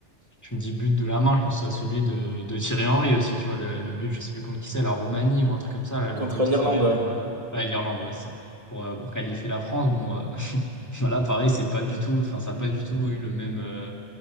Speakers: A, on the left (about 15°); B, on the right (about 30°).
A: tu me dis but de la main, je pense à celui de, de Thierry Henry aussi, tu vois, le, le but, je sais plus contre qui c'est, la Roumanie ou un truc comme ça, là, le
B: Contre
A: but
B: l'Irlande,
A: qu'il met
B: ouais.
A: pour euh, ouais, l'Irlande, ouais, c'est ça, pour, euh, pour qualifier la France. Bon, euh, <laughs> voilà, pareil, c'est pas du tout, enfin, ça n'a pas du tout eu le même, euh,